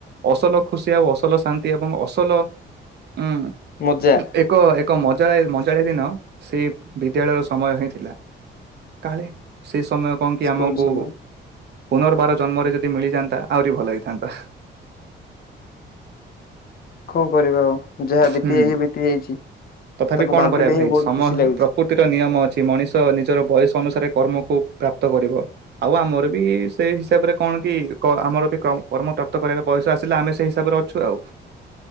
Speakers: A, on the right; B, on the left.
A: ଅସଲ ଖୁସି ଆଉ ଅସଲ ଶାନ୍ତି ଏବଂ ଅସଲ ଉଁ
B: ମଜା
A: ଏକ କ ଏକ ମଜାଳି ମଜାଳିଆ ଦିନ ସେଇ ବିଦ୍ୟାଳୟ ସମୟ ହିଁ ଥିଲା। କାଳେ ସେ ସମୟ କଣ କି
B: ସ୍କୁଲ
A: ଆମକୁ।
B: ସମୟ।
A: ପୁନର୍ବାର ଜନ୍ମରେ ଯଦି ମିଳିଯାନ୍ତା ଆହୁରି ଭଲ ହେଇଥାନ୍ତା।
B: କଣ କରିବା ଆଉ ଯାହା ବିତି
A: ହୁଁ।
B: ଯାଇଚି ବିତି ଯାଇଚି
A: ତଥାପି
B: ତାକୁ
A: କଣ
B: ଭାବିଲେ
A: କରିବା ଭାଇ
B: ହିଁ ବହୁତ
A: ସମ
B: ଖୁସି ଲାଗୁଚି।
A: <unintelligible> ନିୟମ ଅଛି ମଣିଷ ନିଜର ବୟସ ଅନୁସାରେ କର୍ମକୁ ପ୍ରାପ୍ତ କରିବ। ଆଉ ଆମର ବି ସେ ହିସାବରେ କଣ କି କ ଆମର ବି କମ୍ କର୍ମ ପ୍ରାପ୍ତ କରିବାରେ ବୟସ ଆସ ଚିଲା ଆମେ ସେ ହିସାବରେ ଅଛୁ ଆଉ।